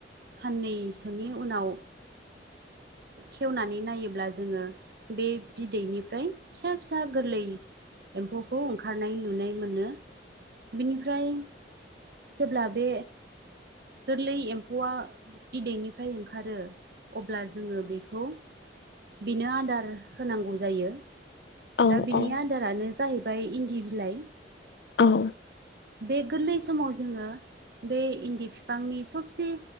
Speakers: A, on the right; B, on the left.
A: साननैसोनि उनाव खेवनानै नायोब्ला जोङो बे बिदैनिफ्राय फिसा फिसा गोरलै एम्फौखौ ओंखारनाय नुनाय मोनो बेनिफ्राय जेब्ला बे गोरलै एम्फौआ बिदैनिफ्राय ओंखारो अब्ला जोङो बेखौ । बिनो आदार होनांगौ जायो
B: औ
A: दा बिनि
B: औ
A: आदारानो जाहैबाय । ओमफ्राय इन्दि बिलाइ
B: औ ।
A: बे गोरलै समाव जोङो बे इन्दि बिफांनि सबसे